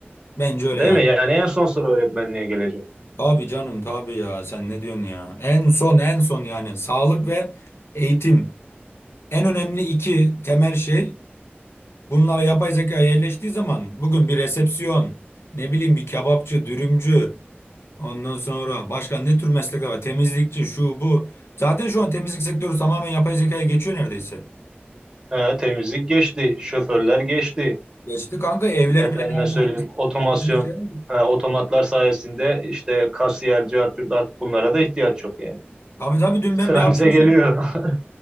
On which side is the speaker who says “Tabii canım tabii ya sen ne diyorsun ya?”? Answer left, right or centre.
Left